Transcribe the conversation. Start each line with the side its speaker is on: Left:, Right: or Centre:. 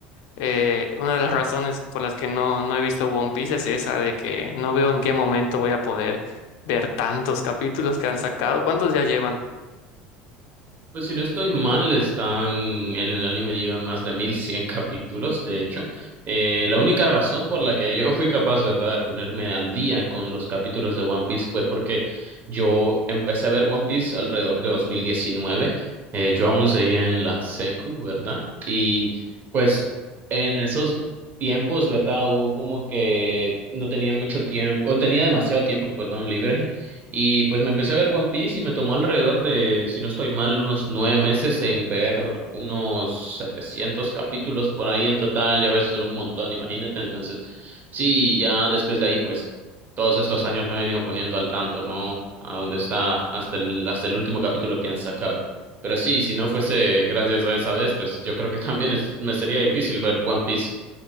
Left: eh, una de las razones por las que no, no he visto One Piece es esa de que no veo en qué momento voy a poder ver tantos capítulos que han sacado. ¿Cuántos ya llevan?
Right: Pues si no estoy mal, están en el anime llevan más de 1100 <laughs> capítulos, de hecho. Eh, la única razón por la que yo fui capaz, ¿verdad?, de ponerme al día con los capítulos de One Piece fue porque yo empecé a ver One Piece alrededor de 2019. Eh, yo aún seguía en la secu, ¿verdad? Y pues en esos tiempos, ¿verdad?, hubo como que no tenía mucho tiempo, o tenía demasiado tiempo, perdón, libre y pues me empecé a ver One Piece y me tomó alrededor de, si no estoy mal, unos nueve meses en ver unos 700 capítulos por ahí en total. Ya ves, son un montón, imagínate. Entonces, sí, ya después de ahí, pues todos estos años me he venido poniendo al tanto, ¿no? A dónde está hasta el, hasta el último capítulo que han sacado. Pero sí, si no fuese gracias a esa vez, pues yo creo que también es- me sería difícil ver One Piece.